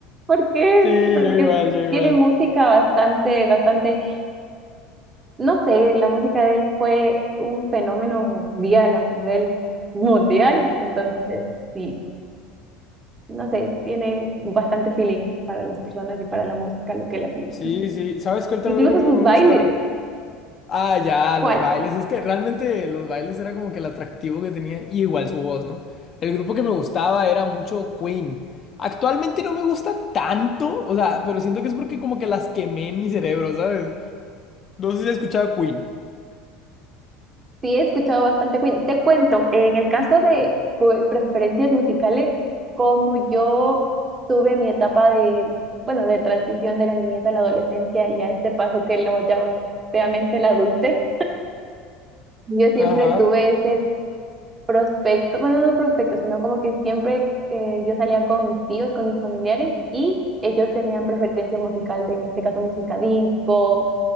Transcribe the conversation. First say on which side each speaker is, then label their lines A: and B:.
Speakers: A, on the right (about 25°); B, on the left (about 35°).
A: ¿Por qué?
B: Sí, yo
A: Porque
B: igual, yo igual.
A: tiene música bastante, bastante, no sé, la música de él fue un fenómeno mundial a nivel mundial, entonces sí, no sé, tiene bastante feeling para las personas y para la música, lo que él hacía.
B: Sí, sí. ¿Sabes cuál también
A: Incluso
B: grupo
A: sus
B: me
A: bailes,
B: gusta? Ah, ya,
A: ¿cuál?
B: los bailes. Es que realmente los bailes era como que el atractivo que tenía. Y igual su voz, ¿no? El grupo que me gustaba era mucho Queen. Actualmente no me gusta tanto, o sea, pero siento que es porque como que las quemé en mi cerebro, ¿sabes? No sé si has escuchado Queen.
A: Sí, he escuchado bastante Queen. Te cuento, en el caso de cu- preferencias musicales, como yo tuve mi etapa de, bueno, de transición de la niñez a la adolescencia y a este paso que lo llaman feamente la adultez, yo siempre
B: Ajá.
A: tuve ese prospecto, bueno, no prospecto, sino como que siempre eh, yo salía con mis tíos, con mis familiares y ellos tenían preferencia musical de, en este caso, música disco